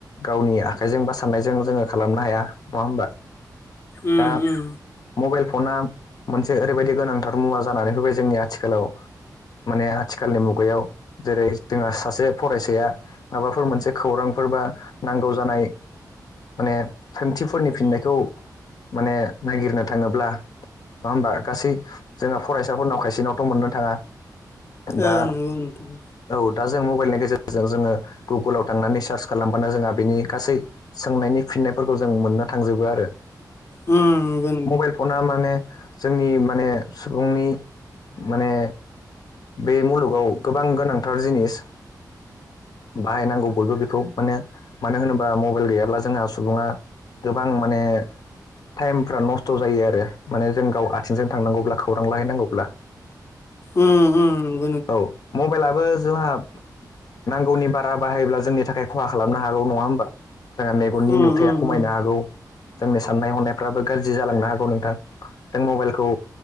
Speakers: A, on the left; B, on the left.
A: गावनि आखाइजों बा सान्नायजों जोङो खालामनो हाया नङा होमबा
B: उम
A: दा
B: उम
A: मबाइल फना मोनसे ओरैबायदि गोनांथार मुवा जानानै फैबाय जोंनि आथिखालाव माने आथिखालनि मुगायाव जेरै जोंहा सासे फरायसाया माबाफोर मोनसे खौरांफोर बा नांगौ जानाय माने सोंथिफोरनि फिननायखौ माने नागिरनो थाङोब्ला नङा होमबा गासै जोंना फरायसाफोरनाव खायसेनावथ' मोननो थाङा दा
B: आ नंगौ नोंथां
A: औ दा जों मबाइलनि गेजेरजों जोङो गुगोलाव थांनानै सार्च खालामबानो जोंहा बेनि गासै सोंनायनि फिननायफोरखौ जों मोननो थांजोबो आरो
B: उम नंगौ नंगौ
A: मबाइल फना माने जोंनि माने सुबुंनि माने बे मुलुगाव गोबां गोनांथार जिनिस बाहायनांगौ बयबो बेखौ माने मानो होनोबा मबाइल गैयाब्ला जोंहा सुबुङा गोबां माने टाइमफ्रा नसथ' जायो आरो माने जों गाव आथिंजों थांनांगौब्ला खौरां लाहैनांगौब्ला
B: ओम ओम
A: औ मबाइलाबो जोंहा नांगौनि बारा बाहायोब्ला जोंनि थाखाय खहा खालामनो हागौ नङा होमबा जोंहा मेगननि
B: उम
A: नुथाया
B: उम
A: खमायनो
B: उम
A: हागौ जोंनि साननाय हनायफ्राबो गाज्रि जालांनो हागौ नोंथां जों मबाइलखौ